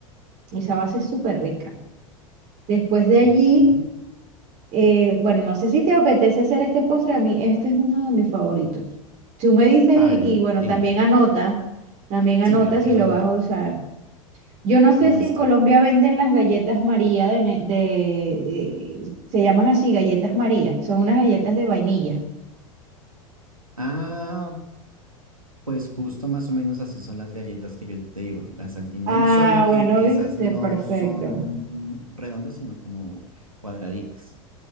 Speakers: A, on the right; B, on the right.
A: Esa base es súper rica. Después de allí,
B: Ok.
A: eh, bueno, no sé si te apetece hacer este postre. A mí, este es uno de mis favoritos. Tú me dices
B: A
A: y,
B: ver,
A: y
B: eh,
A: bueno,
B: dímelo.
A: también anota, también
B: Sí,
A: anota
B: yo empiezo
A: si lo
B: a anotar.
A: vas a usar. Yo no sé
B: Listo.
A: si en Colombia venden las galletas María de, ne- de- de- se llaman así, galletas María, son unas galletas de vainilla.
B: Ah, pues justo más o menos así son las galletas que yo te digo, las Altinoel,
A: Ah,
B: solo que
A: bueno,
B: esas
A: viste,
B: no
A: perfecto.
B: son redondas, sino como cuadraditas.